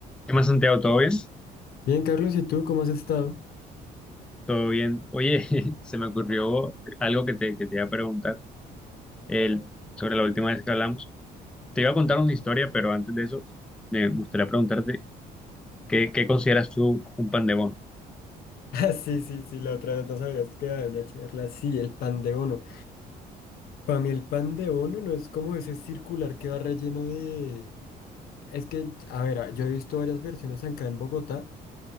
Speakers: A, in the centre; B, on the left (about 65°).
A: ¿Qué más, Santiago? ¿Todo bien?
B: Bien, Carlos, ¿y tú cómo has estado? <laughs>
A: ¿Todo bien? Oye, <laughs> se me ocurrió algo que te, que te iba a preguntar el, sobre la última vez que hablamos. Te iba a contar una historia, pero antes de eso me gustaría preguntarte ¿qué, qué consideras tú un pan de bono?
B: Ah, sí, sí, sí, la otra vez nos habías quedado en una charla. Sí, el pan de bono. Para mí el pan de bono no es como ese circular que va relleno de... Es que, a ver, a- yo he visto varias versiones acá en Bogotá.